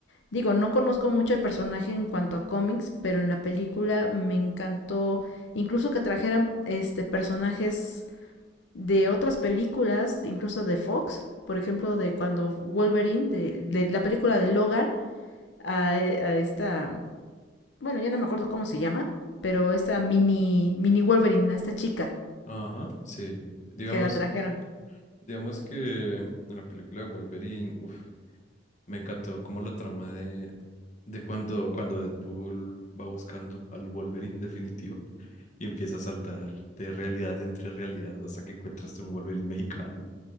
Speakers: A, on the left; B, on the left.
A: Digo, no conozco mucho el personaje en cuanto a cómics, pero en la película me encantó incluso que trajeran este personajes de otras películas, incluso de Fox, por ejemplo, de cuando Wolverine, de, de la película de Logan, a, a, esta, bueno, ya no me acuerdo cómo se llama, pero esta mini, mini Wolverine, a esta chica
B: Ajá, sí. Digamos,
A: que la trajeron.
B: digamos que en la película de Wolverine, uf, Me encantó como la trama de, de cuando, cuando Deadpool va buscando al Wolverine definitivo y empieza a saltar de realidad entre realidad hasta que encuentras un Wolverine mexicano